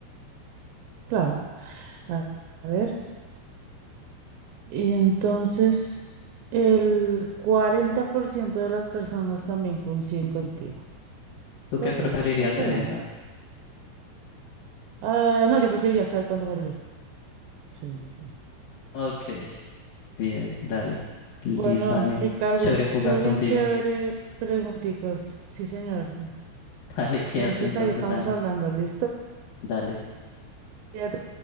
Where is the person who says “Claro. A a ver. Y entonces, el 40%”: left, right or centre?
Right